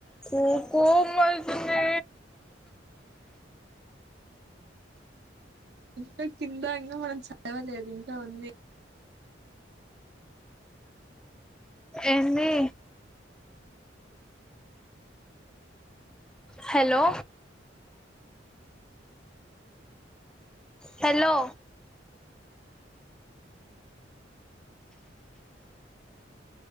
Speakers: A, in the centre; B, on the right.
A: కుకు మజన్నా
B: ఇంకా కింద ఇంకా మనం చదవలేదు ఇంకా ఉంది
A: ఎన్ని హెలో హెలో